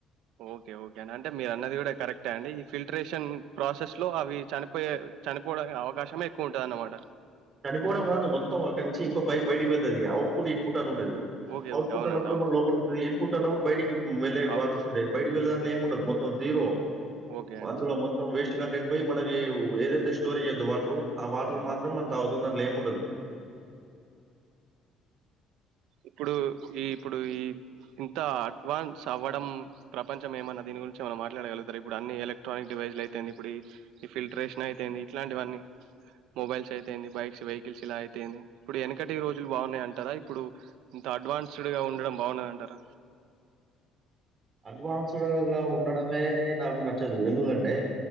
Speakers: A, on the right; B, on the right.
A: ఓకే ఓకే అ అంటే మీరు అన్నది కూడా కరెక్టా అండి ఈ ఫిల్టరేషన్ ప్రాసెస్ లో అవి చనిపోయే చనిపోడా అవకాశమే ఎక్కువ ఉంటది అన్నమాట
B: చనిపోవడం కాదు మొత్తం అక్క నుంచి ఇంకో పై బడికి వెళ్తుది అవుట్పుట్ ఇన్పుట్ ఉంటది
A: ఓకే
B: అవుట్పుుట్
A: ఓకే అవునండి
B: అన్నప్పుడు
A: అవును
B: మన లోప వస్తుంది ఇన్పుట్ అన్నప్పుడు బయటికి వెళ్లేే
A: అవు
B: వాటర్స్ ఉంటాయి బయటికి వెళ్దని ఏము ఉండదు మొత్తం జీరో
A: ఓకే
B: మందులో
A: అండి
B: మొత్తం వేస్ట్ కంటెంట్ ప మనకి ఏదైతే స్టోరేయద్దు వాటర్ ఆ వాటర్ మాత్రం తాగుతం దాంట్లో ఏం ఉండదు
A: ఇప్పుడు ఈ ఇప్పుడు ఈ ఇంత అడ్వాన్స్ అవ్వడం ప్రపంచం ఏమన్న దీని గురించి మనం మాట్లాడగలుగుతారు ఇప్పుడు అన్ని ఎలక్ట్రానిక్ డివైస్లు అయితేంది ఇప్పుడు ఈ ఫిల్టరేషన్ అయితేయింది ఇట్లాంటివన్నీ మొబైల్స్ అయితేయింది బైక్స్ వెహికల్స్ ఇలా అయితేయింది ఇప్పుడు వెనకటి రోజులు బాగున్నాయి అంటారా ఇప్పుడు ఇంత అడ్వాన్స్డ్గా ఉండడం బాగున్నదంటార
B: అడ్వాన్స్డ్గా ఉండడమే నాకు నచ్చదు ఎందుకంటే